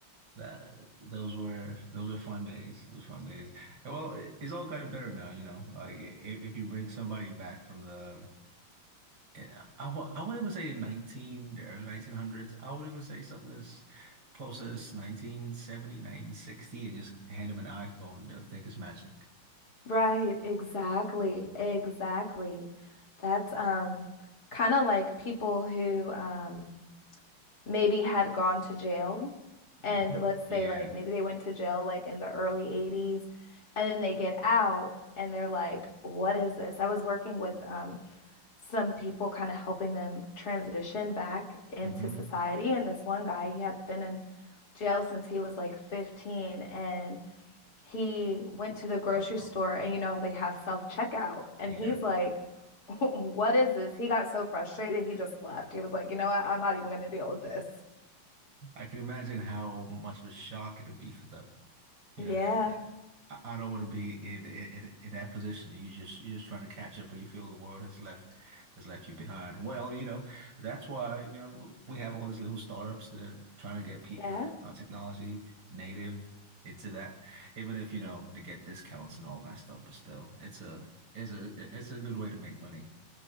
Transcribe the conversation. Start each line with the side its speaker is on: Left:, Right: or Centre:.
Right: that those were those were fun days those fun days And well it, it's all gotten better now you know like if, if you bring somebody back from the Yeah, I w I wouldn't even say the 19, the early 1900s. I would even say something as close as 1970, and just hand them an iPhone. They'll think it's magic.
Left: Right, exactly, exactly. That's um kind of like people who um maybe had gone to jail.
Right: Mhm.
Left: And let's say,
Right: Yeah.
Left: like, maybe they went to jail like in the early 80s, and then they get out and they're like, what is this? I was working with um, some people kind of helping them transition back into
Right: hmm
Left: society. And this one guy, he had been in jail since he was like 15, and he went to the grocery
Right: Wow.
Left: store and you know they have self-checkout and
Right: Yeah.
Left: he's like <laughs> what is this he got so frustrated he just left he was like you know what I'm not even going to deal with this
Right: I can imagine how much of a shock it would be for them. You
Left: Yeah.
Right: know, that- I, I don't want to be in, in in that position. You just you're just trying to catch up, but you feel the world has left has left you behind. Well, you know, that's why, you know, we have all these little startups that are trying to get people
Left: yeah
Right: not technology native into that, even if, you know, to get discounts and all that stuff, but still, it's a it's a it's a good way to make money.